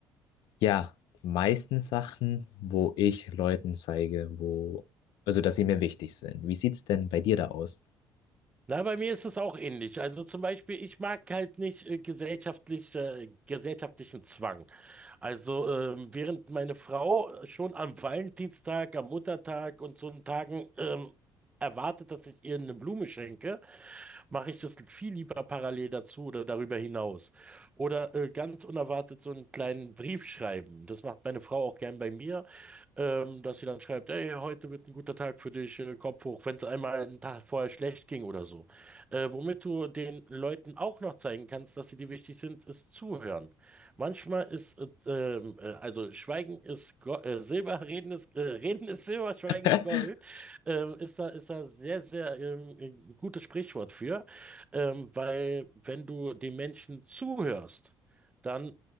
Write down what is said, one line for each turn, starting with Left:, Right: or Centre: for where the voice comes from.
Left: ja, meisten Sachen, wo ich Leuten zeige, wo, also, dass sie mir wichtig sind. Wie sieht's denn bei dir da aus?
Right: Na, bei mir ist es auch ähnlich. Also zum Beispiel, ich mag halt nicht äh, gesellschaftlich, äh, gesellschaftlichen Zwang. Also ähm, während meine Frau schon am Valentinstag, am Muttertag und so einen Tagen ähm, erwartet, dass ich ihr eine Blume schenke, mache ich das viel lieber parallel dazu oder darüber hinaus. Oder äh, ganz unerwartet so einen kleinen Brief schreiben. Das macht meine Frau auch gern bei mir. ähm, dass sie dann schreibt, hey, heute wird ein guter Tag für dich, äh, Kopf hoch, wenn es einmal einen Tag vorher schlecht ging oder so. Äh, womit du den Leuten auch noch zeigen kannst, dass sie dir wichtig sind, ist zuhören. Manchmal ist, äh, ähm, äh, also Schweigen ist Go äh, Silber, Reden ist, äh, <laughs> Reden ist Silber, Schweigen
Left: <laughs>
Right: ist Gold, ähm, ist da, ist da sehr, sehr ähm, ein gutes Sprichwort für, ähm, weil wenn du den Menschen zuhörst, dann